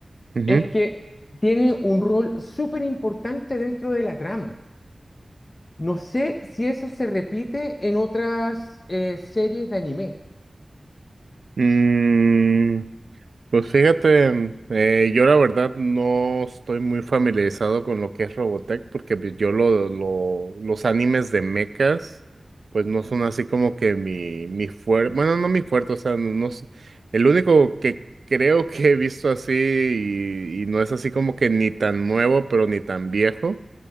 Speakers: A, on the right; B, on the left.
A: ujú.
B: es que tiene un rol súper importante dentro de la trama. No sé si eso se repite en otras eh, series de anime.
A: Mm, pues fíjate, eh, yo la verdad no estoy muy familiarizado con lo que es Robotech, porque pues yo lo, lo- los animes de mechas, pues no son así como que mi, mi fuerte, bueno, no mi fuerte, o sea, no, no s- el único que creo que he visto así y y no es así como que ni tan nuevo, pero ni tan viejo.